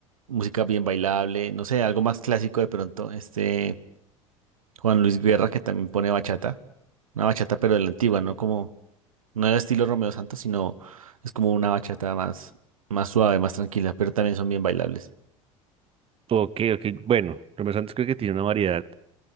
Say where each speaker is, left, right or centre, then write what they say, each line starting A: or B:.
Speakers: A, on the right; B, on the right.
A: música bien bailable, no sé, algo más clásico de pronto, este Juan Luis Guerra que también pone bachata, una bachata pero de la antigua, ¿no? Como... No era estilo Romeo Santos, sino es como una bachata más, más suave, más tranquila, pero también son bien bailables.
B: Ok, ok, bueno, Romeo Santos creo que tiene una variedad